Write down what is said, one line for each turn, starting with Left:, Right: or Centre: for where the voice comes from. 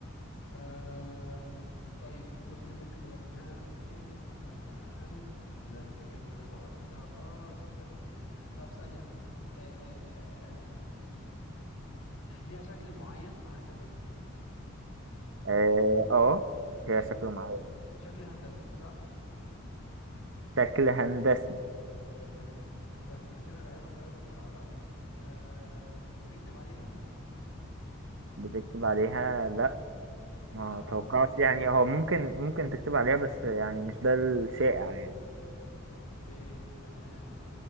Left: آه طيب وانت قلت لي ممكن يبقى منها 2000 وممكن يبقى منها اقل لا انت جايب حاجة صعبة بس ه- اه صدق ممكن طب ثانية آه آه آه آه آم، م- ليها شكل معين عادة
Right: اه آه،
Left: حلو
Right: هي شكل معين
Left: شكل هندسي صح
Right: شكل هندسي
Left: تمام بس انا كده غالبا يا رب اكون قربت أم... بنكتب عليها
Right: بتكتب عليها لا
Left: لا
Right: ما اتوقعش
Left: بقى
Right: يعني هو ممكن ممكن تكتب عليها بس يعني مش ده الشائع يعني
Left: اوكي تمام